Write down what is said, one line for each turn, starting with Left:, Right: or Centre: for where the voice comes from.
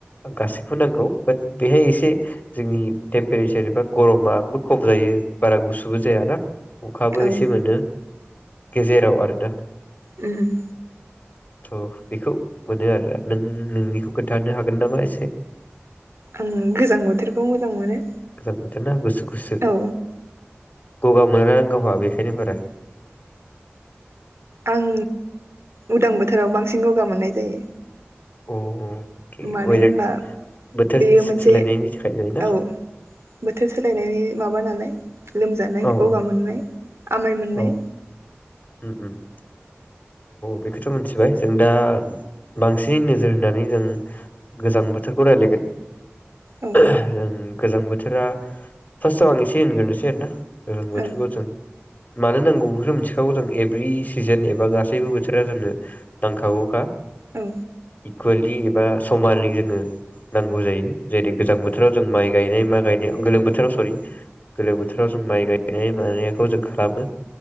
Left: गासैखौबो नांगौ। बात बेहाय एसे बे जोंनि टेम्पारेसार एबा गरमाबो खम जायो बारा गुसुबो जाया ना? अखाबो
Right: औ उम
Left: एसे मोनो। गेजेराव आरो दा
Right: उम उम।
Left: थ' बेखौ मोनो आरो नों नोंनिखौ खोन्थाहानो हागोन नामा एसे
Right: आं गोजां बोथोरखौ मोजां मोनो
Left: <unintelligible> ना गुसु <unintelligible> <unintelligible>
Right: औ
Left: गावहा बेखायनो बारा
Right: आं उदां बोथोराव बांसिन गगा मोननाय जायो
Left: अके
Right: मानो
Left: वेदार
Right: होनबा
Left: बोथोर
Right: बेयो
Left: सो-
Right: मोनसे
Left: सोलायनायनि थाखाय जायोना
Right: औ बोथोर <unintelligible> सोलायनायनि माबा नालाय लोमजानाय
Left: औ
Right: गगा
Left: औ
Right: मोननाय आमाय मोननाय
Left: औ <unintelligible> बेखौथ' मिथिबाय जों दा बांसिनै नोजोर होनानै जों गोजां बोथोरखौ राय्लायगोन
Right: औ
Left: <unintelligible> गोजां बोथोरा फार्स्ट आव आं एसे होनग्रोनोसै आरो ना
Right: औ
Left: <unintelligible> मानो नांगौ बेफोरखौ मिथिखागौ जों एभ्रि सिजोन एबा गासैबो बोथोरा जोंनो नांखागौखा।
Right: औ।
Left: इकुवेलि एबा समालि जोङो नांगौ जायो। जेरै गोजां बोथोराव जों माइ गायनाय मा। गायनायाव गोलोम बोथोराव सरि गोलोम बोथोराव जों माइ गायनाय मानायखौ जों खालामो